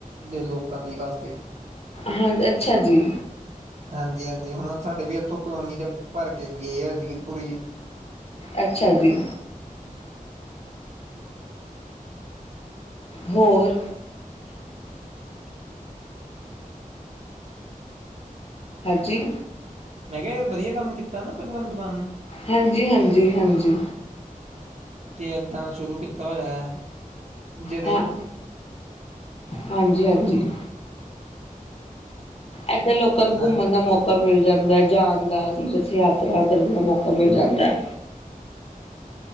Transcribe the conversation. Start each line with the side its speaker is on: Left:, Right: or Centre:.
Right: ਦੇ ਲੋਕਾਂ ਲਈ ਵਾਸਤੇ,
Left: ਹਾਂ ਅੱਛਾ ਜੀ।
Right: ਹਾਂਜੀ ਹਾਂਜੀ ਹੁਣ ਸਾਡੇ ਵੀ ਇੱਥੋਂ ਕਲੋਨੀ ਦੇ ਭਰ ਕੇ ਗਏ ਹੋਏ ਸੀਗੀ ਪੂਰੀ
Left: ਅੱਛਾ ਜੀ। ਹੋਰ। ਹਾਂਜੀ।
Right: ਮੈਂ ਕਿਹਾ ਵਧੀਆ ਕੰਮ ਕੀਤਾ ਨਾ ਭਗਵੰਤ ਮਾਨ ਨੇ।
Left: ਹਾਂਜੀ ਹਾਂਜੀ ਹਾਂਜੀ।
Right: ਕਿ ਏਦਾਂ ਸ਼ੁਰੂ ਕੀਤਾ ਹੋਇਆ ਹੈ, ਜਿਹੜੇ
Left: ਹਾਂ ਹਾਂਜੀ ਹਾਂਜੀ। ਐੱਥੇ ਲੋਕਾ ਨੂੰ
Right: ਹਾਂ
Left: ਘੁੰਮਣ ਮੌਕਾ, ਮੌਕਾ ਮਿਲ ਜਾਂਦਾ ਜਾਣ ਦਾ ਚੀ ਜਿੱਥੇ ਯਾਤਰਾ ਕਰਨ ਦਾ ਮੌਕਾ ਮਿਲ ਜਾਂਦਾ।